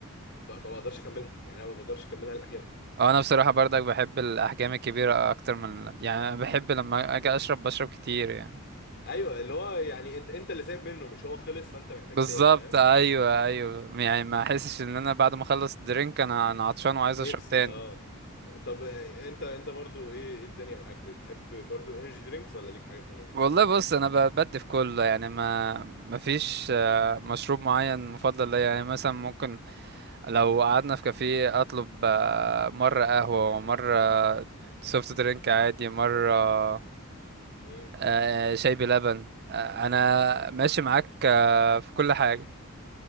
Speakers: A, on the left; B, on the right.
A: ب... ما بقدرش اكملها يعني انا ما بقدرش اكملها لاخرها
B: اه انا بصراحة برضك بحب الاحجام الكبيرة اكتر من يعني أنا بحب لما اجي اشرب بشرب كتير يعني
A: ايوه اللي هو يعني انت انت اللي سايب منه مش هو خلص فانت محتاج
B: بالظبط
A: تاني فاهم
B: ايوه ايوه يعني ما احسش ان انا بعد ما اخلص الدرينك انا انا عطشان وعايز
A: نفسي
B: اشرب تاني
A: اه طب انت انت برضو ايه ايه الدنيا معاك بتحب برضو الانرجي درينكس ولا ليك حاجة تانية
B: والله بص انا ب- بدي في كله يعني ما ما فيش آه، مشروب معين مفضل ليا يعني مثلا ممكن لو قعدنا في كافيه اطلب آه، مره قهوه ومره سوفت درينك عادي مره آه،
A: امم
B: آه، شاي بلبن آه، انا ماشي معاك آه، في كل حاجه